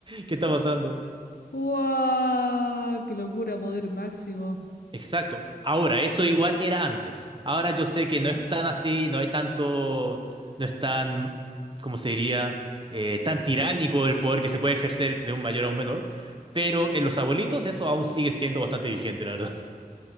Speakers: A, on the right (about 35°); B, on the left (about 80°).
A: ¿Qué está pasando?
B: ¡Guau! ¡Qué locura, poder máximo!
A: Exacto. Ahora, eso igual era antes. Ahora yo sé que
B: Ya.
A: no es tan así, no hay tanto, no es tan, ¿cómo se diría? Eh, tan tiránico el poder que se puede ejercer de un mayor a un menor. Pero en los abuelitos eso aún sigue siendo bastante vigente, la verdad. <laughs>